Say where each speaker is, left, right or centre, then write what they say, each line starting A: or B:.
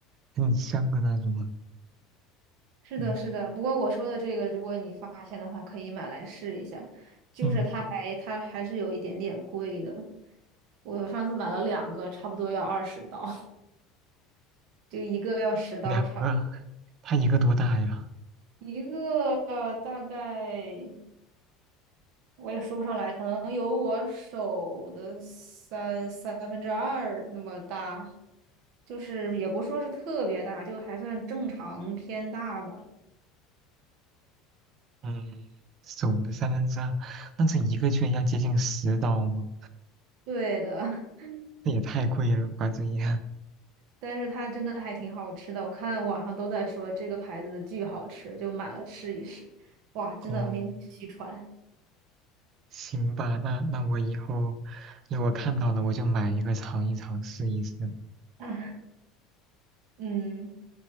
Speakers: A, on the right; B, on the right.
A: 很香的那种啊。
B: 是的，
A: 嗯
B: 是的。不过我说的这个，如果你发现的话，可以买来试一下。就是它还它还是有一点点贵的，
A: 嗯，
B: 我上次买了两个，差不多要二十刀，<laughs> 就一个要十刀差不
A: 两个啊，它一个多大呀？
B: 多，一个呃大概。我也说不上来，可能有我手的三三分之二那么大，就是也不说是特别大，就还算正常偏大吧。
A: 嗯，手的三分之二，那这一个居然要接近十刀吗？
B: 对的，<laughs>
A: 这也太贵了吧，这也。
B: 但是它真的还挺好吃的，我看网上都在说这个牌子的巨好吃，就买了吃一试。哇，真的名不虚传。
A: 哦，行吧，那那我以后如果看到了，我就买一个尝一尝，试一试。
B: <laughs> 嗯，